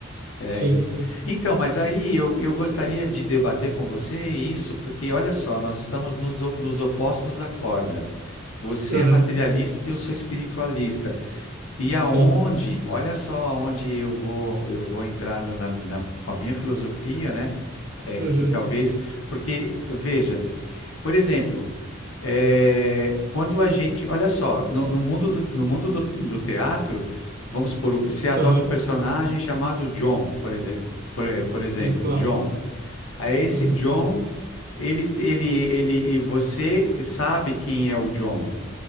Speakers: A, on the left; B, on the right.
A: É,
B: sim,
A: in-
B: sim.
A: então, mas aí eu, eu gostaria de debater com você isso, porque olha só, nós estamos nos, o- nos opostos da corda. Você
B: Aham,
A: é materialista e eu sou espiritualista. E
B: Sim.
A: aonde, olha só aonde eu vou, eu vou entrar no- na, na- com a minha filosofia, né? É
B: Uhum.
A: que talvez, porque veja, por exemplo. É, quando a gente, olha só, no, no mundo do, no mundo do, do teatro, vamos por, o- você adota
B: Aham.
A: um personagem chamado John, por exemplo, por, eh,
B: Sim,
A: por exemplo,
B: claro.
A: John. Aí esse
B: Uhum,
A: John, ele, ele, ele, e você sabe quem é o John.